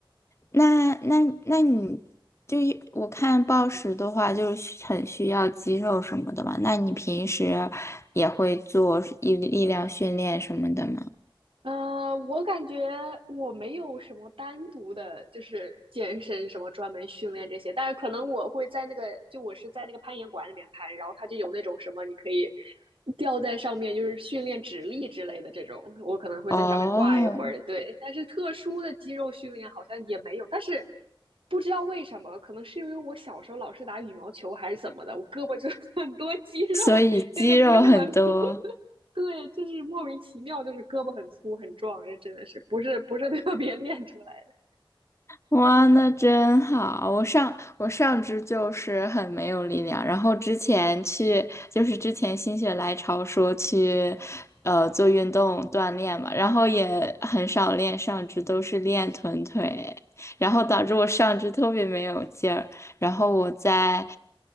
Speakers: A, on the left; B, on the right.
A: 那那那你就一我看暴食的话，就是很需要肌肉什么的嘛。那你平时也会做力力量训练什么的吗？
B: 呃，我感觉我没有什么单独的，就是健身什么专门训练这些，但是可能我会在那个，就我是在那个攀岩馆里面攀，然后它就有那种什么你可以吊在上面，就是训练指力之类的这种，我可能会在上面挂一会儿，
A: 哦，
B: 对。但是特殊的肌肉训练好像也没有，但是不知道为什么，可能是因为我小时候老是打羽毛球还是怎么的，我胳膊就 <laughs> 很多肌肉，
A: 所以肌肉很多。
B: 真的不是我。<laughs> 对，就是莫名其妙，就是胳膊很粗很壮，这真的是不是不是 <laughs> 特别练出来的。
A: 哇，那真好！我上我上肢就是很没有力量，然后之前去就是之前心血来潮说去，呃，做运动锻炼嘛，然后也很少练上肢，都是练臀腿，然后导致我上肢特别没有劲儿，然后我在